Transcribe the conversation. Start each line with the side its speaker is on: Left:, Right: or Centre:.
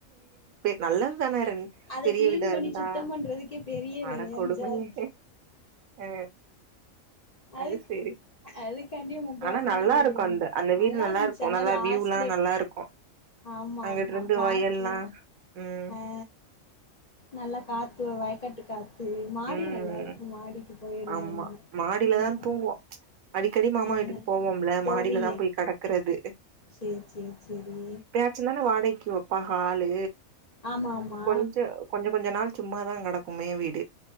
Right: நல்லது தான ரன்
Left: அத
Right: பெரிய
Left: கிளீன்
Right: வீடா
Left: பண்ணி
Right: இருந்தா
Left: சுத்தம் பண்றதுக்கே பெரிய வேலையா
Right: அட கொடுமையே
Left: இருந்துச்சு அது
Right: ஆ
Left: அதுக்
Right: அது சேரி
Left: அதுக்காண்டியே முக்காவாசி
Right: ஆனா நல்லா
Left: நாங்க
Right: இருக்கும்
Left: ஓடி வந்
Right: அந்த அந்த வீடு நல்லா
Left: இருந்துச்சு
Right: இருக்கு
Left: ஆனா
Right: நல்லா
Left: லாஸ்ட்ல
Right: வியூல்லா நல்லா இருக்கும்
Left: ஆமா
Right: அங்கிட்டு
Left: ஆமா
Right: இருந்து
Left: லாஸ்ட்ல
Right: வயல்லா ம்
Left: ஆ நல்லா காத்து வயக்காட்டு காத் து மாடி
Right: ம்
Left: நல்லா இருக்கு மாடிக்கு போயிருந்தம்னா
Right: ஆமா மாடிலதா
Left: ம்
Right: தூங்குவோ அடிக்கடி மாமா
Left: ஆ
Right: வீட்டுக்கு போவோம்ல
Left: போவிய
Right: மாடிலதா போய் கடக்குறது
Left: சேரி சேரி சேரி
Right: ந்தான வாடகைக்கு வப்பாக ஆளு
Left: ஆமா ஆமா
Right: கொஞ்ச கொஞ்ச கொஞ்ச நாள் சும்மாதா கடக்கு மேவீடு